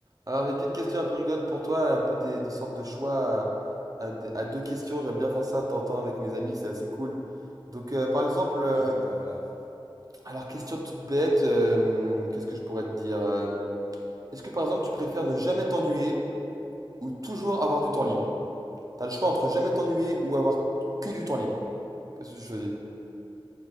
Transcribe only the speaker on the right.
Alors, j'ai une petite question un peu rigolote pour toi, un peu des, des sortes de choix à, à des- à deux questions. J'aime bien faire ça de temps en temps avec mes amis, c'est assez cool. Donc, euh, par exemple, euh,
alors, question toute bête, euh, qu'est-ce que je pourrais te dire? euh, est-ce que, par exemple, tu préfères ne jamais t'ennuyer ou toujours avoir du temps libre? T'as le choix entre jamais t'ennuyer ou avoir que du temps libre. Qu'est-ce que tu choisis?